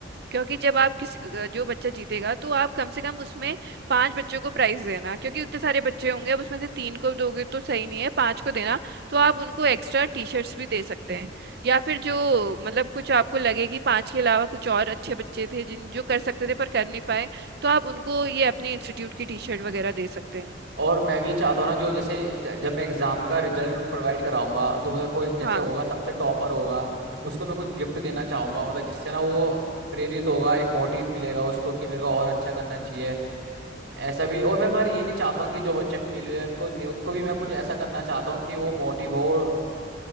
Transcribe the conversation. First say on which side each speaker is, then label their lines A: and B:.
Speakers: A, on the right (about 60°); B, on the right (about 85°).
A: क्योंकि जब आप किसी जो बच्चा जीतेगा तो आप कम से कम उसमें पांच बच्चों को प्राइज देना क्योंकि उतने सारे बच्चे होंगे अब उसमें से तीन को दोगे तो सही नहीं है पांच को देना तो आप उनको एक्स्ट्रा टी शर्ट्स भी दे सकते हैं या फिर जो मतलब कुछ आपको लगे कि पांच के अलावा कुछ और अच्छे बच्चे थे जिन जो कर सकते थे पर कर नहीं पाए तो आप उनको ये अपने इंस्टीट्यूट की टी शर्ट वगैरह दे सकते हैं
B: और मैं भी ये चाहता हूँ ना जो जैसे ज- जब मैं एग्जाम का रिजल्ट प्रोवाइड कराऊंगा तो मतलब कोई जैसे
A: हाँ
B: होगा सबसे टॉपर होगा उसको मैं कुछ गिफ्ट देना चाहूंगा मतलब जिससे ना वो प्रेरित होगा एक मोटिव मिलेगा उसको कि मेरे को और अच्छा करना चाहिए ऐसा भी और मैं पर ये नहीं चाहता हूँ कि जो बच्चे फेल हुए हैं, उनको उनको भी मैं कुछ ऐसा करना चाहता हूँ कि वो मोटिव हो और